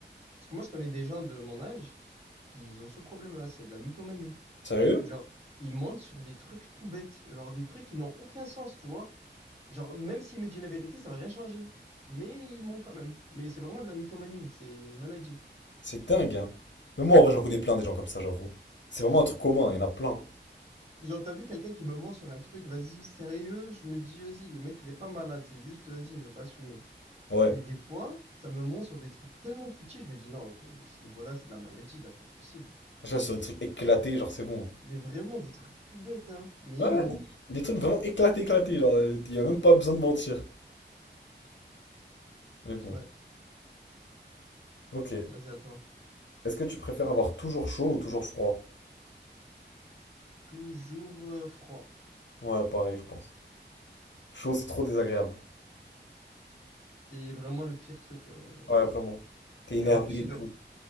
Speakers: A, on the right; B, on the left.
A: Parce que moi, je connais des gens de mon âge qui ont ce problème-là, c'est de la mythomanie.
B: Sérieux?
A: Genre, ils mentent sur des trucs tout bêtes, genre des trucs qui n'ont aucun sens, tu vois. Genre, même s'il me dit la vérité, ça va rien changer. Mais il ment quand même. Mais c'est vraiment de la mythomanie, c'est une maladie.
B: C'est dingue, hein. Mais moi, en vrai, j'en connais plein des gens comme ça, j'avoue. C'est vraiment un truc commun, il y en a plein.
A: Genre, t'as vu quelqu'un qui me ment sur un truc, vas-y, sérieux, je me dis, vas-y, le mec, il est pas malade, c'est juste, vas-y, il veut pas assumer.
B: Ouais.
A: Mais des fois, ça me ment sur des trucs tellement futiles, je me dis, non, à ce niveau-là, c'est de la maladie, là, c'est pas possible.
B: Je vois sur des trucs éclatés, genre c'est bon.
A: Mais vraiment des trucs tout bêtes, hein. Mais
B: hein.
A: il
B: Ouais,
A: ment.
B: ouais, des, des trucs vraiment éclatés, éclatés, genre euh, y a même pas besoin de mentir. Mais bon,
A: Ouais,
B: ok.
A: vas-y, à toi.
B: Est-ce que tu préfères avoir toujours chaud ou toujours froid?
A: Toujours euh, froid.
B: Ouais, pareil, je pense. Chaud, c'est trop désagréable.
A: C'est vraiment le pire truc. euh.
B: Ouais, vraiment. T'es énervé
A: Et en plus, si
B: et tout.
A: t'as-